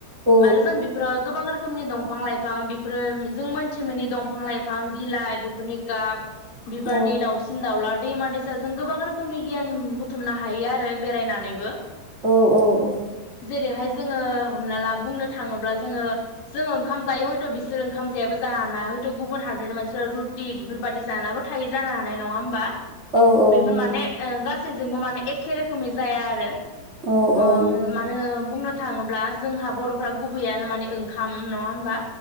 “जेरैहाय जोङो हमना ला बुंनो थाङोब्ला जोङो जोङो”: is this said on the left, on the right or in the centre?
Left